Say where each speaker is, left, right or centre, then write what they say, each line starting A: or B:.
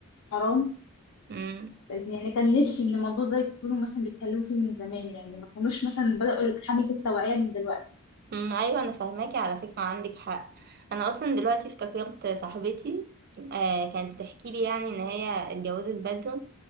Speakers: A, on the left; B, on the right.
A: حرام
B: امم
A: بس يعني كان نفسي ان الموضوع ده يكونوا مثلا بيتكلموا فيه من زمان يعني ما كانوش مثلا بدأوا حملة التوعية من دلوقتي
B: أمم، ايوه انا فاهماكي على فكره عندك حق انا اصلا دلوقتي افتكرت صاحبتي آه كانت بتحكي لي يعني ان هي اتجوزت بدري